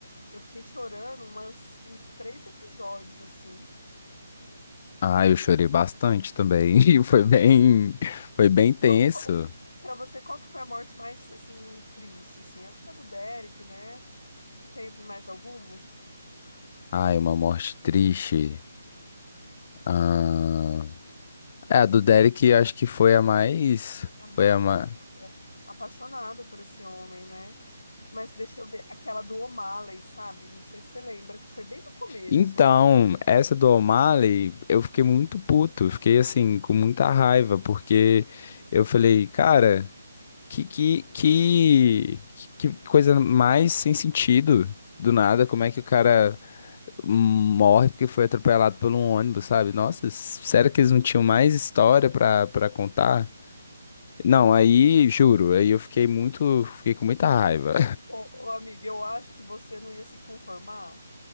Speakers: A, on the left (about 80°); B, on the left (about 35°).
A: Eu fiquei chorando umas, uns três episódios, assim.
B: Ai, eu chorei bastante também. <laughs> E Foi bem, foi bem tenso.
A: Qual, qual- pra você, qual que foi a morte mais, assim, triste, assim? Acho que é do Derek, né? Teve mais alguma?
B: Ai, uma morte triste. Ah... É, a do Derek acho que foi a mais.
A: A mais,
B: Foi a mais.
A: né? Nossa, apaixonada por esse homem, né? Mas deixa eu ver, aquela do O'Malley, sabe? Não sei se você lembra, que foi bem no começo.
B: Então, essa do O'Malley, eu fiquei muito puto, eu fiquei assim, com muita raiva, porque eu falei, cara, que, que, que, que coisa mais sem sentido, do nada, como é que o cara morre porque foi atropelado por um ônibus, sabe? Nossa, sério que eles não tinham mais história pra, pra contar? Não, aí, juro, aí eu fiquei muito, fiquei com muita raiva.
A: Ô, ô, amiga, eu acho que você não ia se conformar